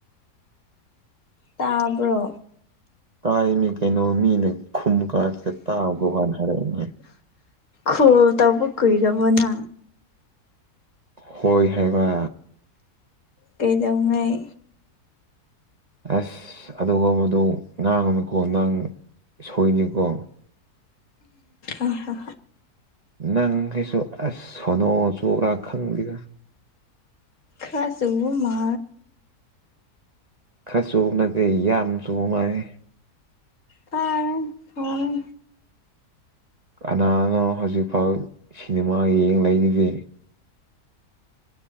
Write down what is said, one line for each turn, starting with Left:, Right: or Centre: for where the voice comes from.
Left: ꯇꯥꯕ꯭ꯔꯣ
Right: ꯀꯥꯏ ꯃꯤ ꯀꯩꯅꯣ ꯃꯤꯅꯦ ꯈꯨꯃ ꯀꯥ ꯇ ꯇꯥꯒꯣꯍꯅ ꯍꯔꯅꯤ
Left: ꯈꯣ ꯇꯕꯨ ꯀꯨꯏꯔꯔꯕ ꯅ
Right: ꯍꯣꯏ ꯍꯥꯏꯦꯕ
Left: ꯀꯩꯗꯧꯉꯩ
Right: ꯑꯁ ꯑꯗꯨꯒ ꯃꯗꯨ ꯉꯥꯡ ꯑꯃꯀꯣ ꯅꯪ ꯁꯣꯏꯅꯤꯀꯣ
Left: ꯑ ꯍ
Right: ꯅꯪ ꯀꯁꯨ ꯑꯁ ꯁꯣꯅꯣ ꯆꯨꯕ꯭ꯔꯥ ꯈꯪꯗ꯭ꯔ
Left: ꯈꯁꯨ ꯎ ꯃꯥ
Right: ꯈꯔꯁꯨꯨꯅꯗꯦ ꯌꯥꯝꯁꯨꯨ ꯃꯥꯥꯏ
Left: ꯇꯥꯔ ꯐꯣꯟꯣꯟ
Right: ꯀꯅꯥꯅꯣ ꯍꯧꯖꯤꯛꯐꯥꯎ ꯁꯤꯅꯦꯃꯥ ꯌꯦꯡ ꯂꯩꯈꯤꯗꯦ